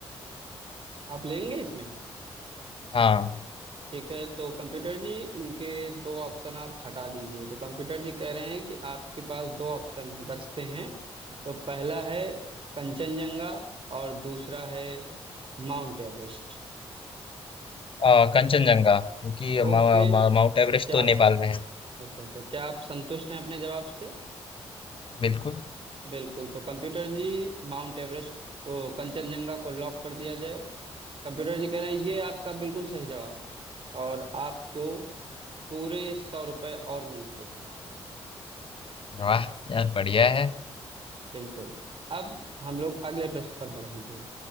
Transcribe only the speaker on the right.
आप लेंगे इसमें
ठीक है तो कंप्यूटर जी इनके दो ऑप्शन आप हटा दीजिए तो कंप्यूटर जी कह रहे हैं कि आपके पास दो ऑप्शन है बचते हैं तो पहला है कंचनजंगा और दूसरा है माउंट एवरेस्ट
ओके
क्या
आप
अच्छा अच्छा क्या आप संतुष्ट हैं अपने जवाब से
बिल्कुल तो कंप्यूटर जी माउंट एवरेस्ट को कंचनजंगा को लॉक कर दिया जाए कंप्यूटर जी कह रहे हैं ये आपका बिल्कुल सही जवाब और आपको पूरे सौ रुपये और मिलते हैं
बिल्कुल अब हम लोग अगले प्रश्न पर बढ़ेंगे